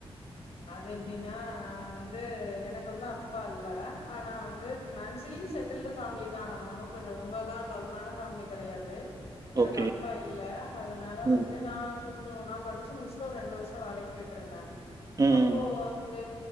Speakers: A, on the left; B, on the right.
A: அது எப்டின்னா நா வந்து எனக்கு வந்து அப்பா இல்ல ஆனா வந்து பினான்சியலி செட்டில்டு ஃபேமிலி தா நம்ம ஒன்னு ரொம்பெல்லா டவுனான ஃபேமிலி கெடையாது எனக்கு
B: ஓகே
A: அப்பா இல்ல அதனால
B: ம்
A: வந்து நா கொஞ்சோ நா படிச்சி முடிச்சிட்டு ஒரு ரெண்டு வருஷோ வேலைக்கு போய்ட்டு இருந்தே
B: ம்
A: அப்போ து